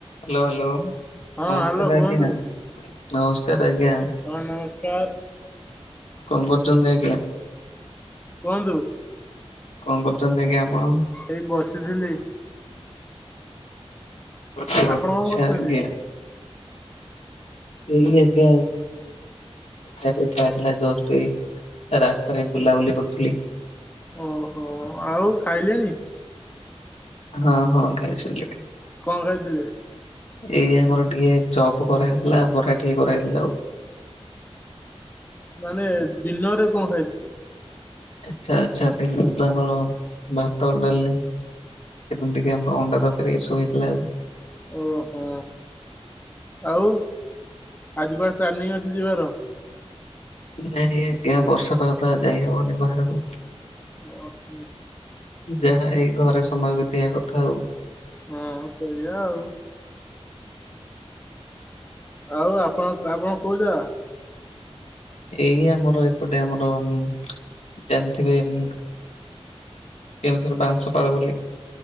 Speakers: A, on the left; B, on the left.
A: Hello hello. ନମସ୍କାର
B: ହଁ hello କୁହନ୍ତୁ
A: ଆଜ୍ଞା ନମସ୍କାର ଆଜ୍ଞା।
B: ହଁ ନମସ୍କାର
A: କଣ କରୁଛନ୍ତି ଆଜ୍ଞା?
B: କୁହନ୍ତୁ।
A: କଣ କରୁଛନ୍ତି ଆଜ୍ଞା ଆପଣ।
B: ଏଇ ବସିଥିଲି।
A: କିଏ
B: ଆପଣ
A: ଅଛି
B: କଣ କରୁଛନ୍ତି?
A: ଆଜ୍ଞା। <unintelligible> କଥା କଥା ହେଲା ଜଷ୍ଟ ଏଇ ରାସ୍ତାରେ ବୁଲାବୁଲି କରୁଥିଲି।
B: ଓହୋ ଆଉ ଖାଇଲେଣି।
A: ହଁ ହଁ ଖାଇସାରିଲଣି।
B: କଣ ଖାଇଥିଲେ?
A: ଏଇ ଆମର ଟିକେ ଚପ କରାହେଇଥିଲା ଆଉ ବରା ଟିକେ କରାହେଇଥିଲା ଆଉ।
B: ମାନେ ଦିନରେ କଣ ଖାଇଥିଲେ?
A: ଆଛା ଆଛା <unintelligible> କଣ ଭାତ ଡାଲି। ଯେମିତିକେ ଆମର ଅଣ୍ଡା ଦରକାରୀ ଏସବୁ ହେଇଥିଲା ଆଉ
B: ଓହୋ ଆଉ ଆଜି କୁଆଡେ ପ୍ଲାନିଂ ଅଛି ଯିବାର।
A: ନାଇଁ ଆଜ୍ଞା ବର୍ଷା ପାାଗ ତ ଯାଇ ହବନି ବାହାରକୁ।
B: ଓ ହୁଁ।
A: ଯାହା ଏଇ ଘରେ ସମୟ ବିତେଇବା କଥା ଆଉ
B: ହଁ ସେଇଆ ଆଉ। ଆଉ ଆପଣଙ୍କ ଆପଣ କୋଉଯାଗା?
A: ଏଇ ଆମର ଏପଟେ ଆମର ଜାଣିଥିବେ ଉଁ କେଉଁଝର ବାଉଁଶପାଳ ବୁଲି।